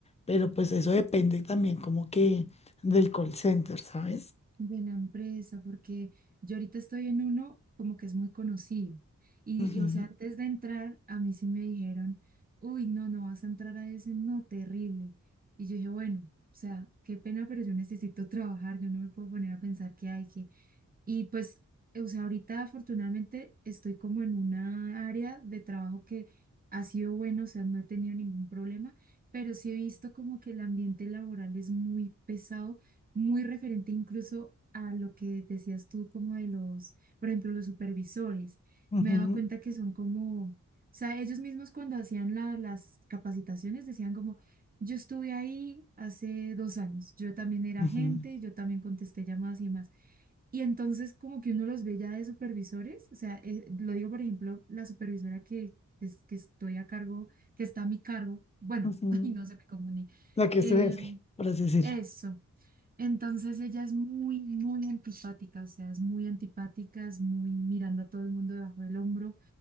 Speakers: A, on the left; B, on the right.
A: pero pues eso depende también como que del call center, ¿sabes?
B: De la empresa, porque yo ahorita estoy en uno como que es muy conocido. Y,
A: Ujú,
B: y, o sea, antes de entrar, a mí sí me dijeron, uy, no, no vas a entrar a ese, no, terrible. Y yo dije, bueno, o sea, qué pena, pero yo necesito <laughs> trabajar, yo no me puedo poner a pensar que hay que, Y pues, o sea, ahorita afortunadamente estoy como en una área de trabajo que ha sido bueno, o sea, no he tenido ningún problema, pero sí he visto como que el ambiente laboral es muy pesado, muy referente incluso a lo que decías tú como de los, por ejemplo, los supervisores.
A: ujú,
B: Me he
A: ujú,
B: dado cuenta que son como, o sea, ellos mismos cuando hacían la- las capacitaciones decían como, yo estuve ahí hace dos años, yo también era
A: Ujú.
B: agente, yo también contesté llamadas y demás y entonces como que uno los ve ya de supervisores, o sea, eh, lo digo por ejemplo, la supervisora que, es- que estoy a cargo, que está a mi cargo, bueno,
A: ujú.
B: <laughs> ay, no se me comuní.
A: La que
B: Eh,
A: es tu jefe, por así decirlo.
B: eso, entonces ella es muy, muy antipática, o sea, es muy antipática, es muy mirando a todo el mundo debajo del hombro,